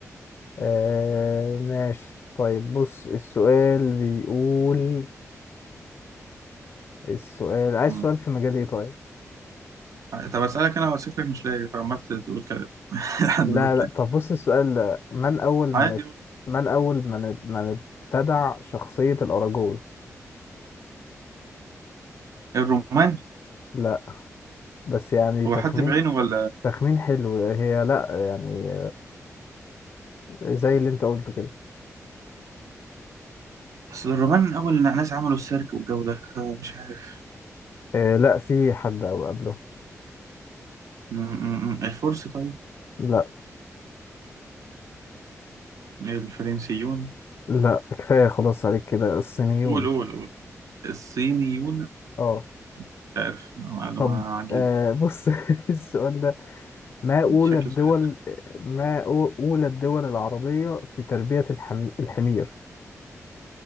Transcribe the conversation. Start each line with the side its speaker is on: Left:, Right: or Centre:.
Left: آه ماشي طيب بص السؤال بيقول السؤال عايز
Right: مم.
Left: سؤال في مجال ايه طيب
Right: طب اسالك انا شكلك مش لاقي فعمال تقول كلام <laughs> لحد
Left: لا
Right: ما تلاقي
Left: لا طب بص السؤال ده من أول من
Right: عادي
Left: ات...
Right: قول.
Left: من أول من ات... من ابتدع شخصية الأراجوز
Right: الرومان
Left: لا بس يعني
Right: هو
Left: تخمين
Right: حد بعينه ولا
Left: تخمين حلو هي لا يعني زي اللي انت قلته كده
Right: اصل الرومان من اول الناس عملوا السيرك والجو ده فمش عارف
Left: آه لا في حد أو قبله
Right: م- م- م. الفرس طيب
Left: لا
Right: الفرنسيون
Left: لا كفاية خلاص عليك كده الصينيون
Right: قول قول قول الصينيون
Left: اه
Right: مش عارف معلومة
Left: طب
Right: عجيبة
Left: آه بص <laughs> السؤال ده ما أولى
Right: شكله
Left: الدول
Right: سؤال ابن-
Left: ما أو- أولى الدول العربية في تربية الحمي... الحمير